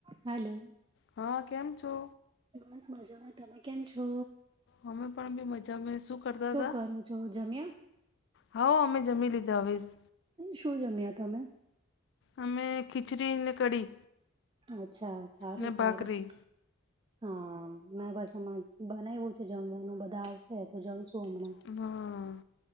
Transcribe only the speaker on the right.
Hello,
બસ મજામાં તમે કેમ છો.?
કરો છો જમ્યા?
શું જમ્યા તમે?
અચ્છા સારું
સારું
હા. હમે મહારાજે બનાવ્યું છે. જમવાનું બધા આવશે, તો જમશું હમણાં.